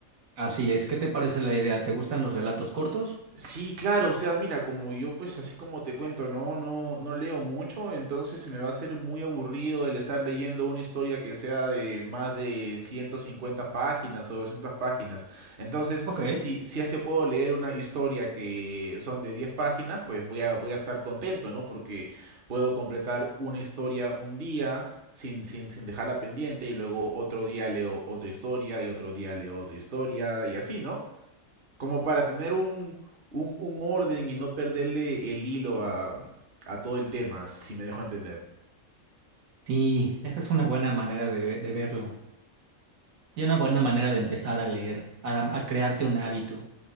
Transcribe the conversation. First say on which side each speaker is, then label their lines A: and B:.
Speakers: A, on the right (about 80°); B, on the right (about 40°).
A: Así es, ¿qué te parece la idea? ¿Te gustan los relatos cortos?
B: Sí, claro, o sea, mira, como yo pues así como te cuento, no, no, no leo mucho, entonces se me va a hacer muy aburrido el estar leyendo una historia que sea de más de 150 páginas o 200 páginas. Entonces,
A: Ok.
B: si, si es que puedo leer una historia que son de 10 páginas, pues voy a, voy a estar contento, ¿no? Porque puedo completar una historia un día sin, sin, sin dejarla pendiente y luego otro día leo otra historia y otro día leo otra historia y así, ¿no? Como para tener un, un, un orden y no perderle el hilo a, a todo el tema, si me dejo entender.
A: Sí, esa es una buena manera de, ve- de verlo y una buena manera de empezar a leer, a, a crearte un hábito.